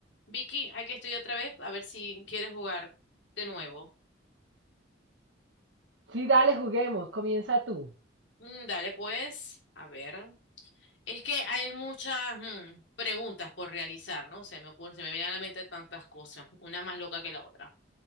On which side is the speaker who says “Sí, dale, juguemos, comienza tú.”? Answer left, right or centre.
Right